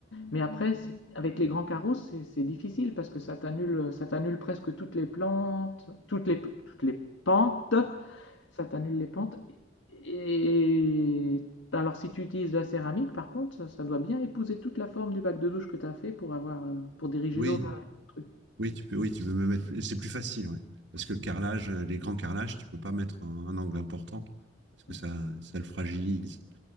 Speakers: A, on the left; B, on the right.
A: Mais après, c'est- avec les grands carreaux, c'est c'est difficile parce que ça t'annule, ça t'annule presque toutes les plantes, toutes les, toutes les pentes Ça t'annule les pentes. Et alors, si tu utilises de la céramique, par contre, ça, ça doit bien épouser toute la forme du bac de douche que tu as fait pour avoir, euh, pour diriger
B: Oui,
A: l'eau. vers le truc.
B: oui, tu peux, oui, tu peux me mettre. C'est plus facile, ouais. Parce que le carrelage, euh, les grands carrelages, tu peux pas mettre un, un angle important, parce que
A: Ouais.
B: ça, ça le fragilise.